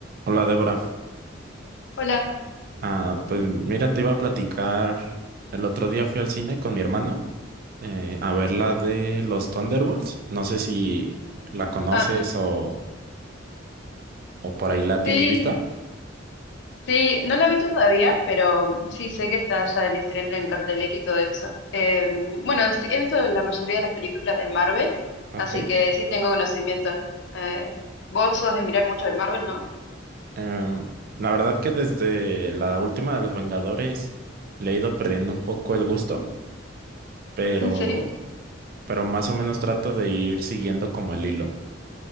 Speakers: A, on the right; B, on the left.
A: Hola Débora,
B: Hola.
A: ah, pues mira, te iba a platicar, el otro día fui al cine con mi hermano eh, a ver la de los Thunderbolts, no sé si la conoces
B: Ah,
A: o, o por ahí la
B: sí,
A: tienes vista,
B: sí, no la vi todavía, pero sí sé que está ya en estreno, en cartelera y todo eso. Eh, bueno, sí, he visto la mayoría de las películas de Marvel,
A: ok.
B: así que sí tengo conocimiento. Eh, vos sos de mirar mucho de Marvel, ¿no?
A: Em, la verdad que desde la última de los Vengadores le he ido perdiendo un poco el gusto, pero,
B: <laughs> ¿En serio?
A: pero más o menos trato de ir siguiendo como el hilo.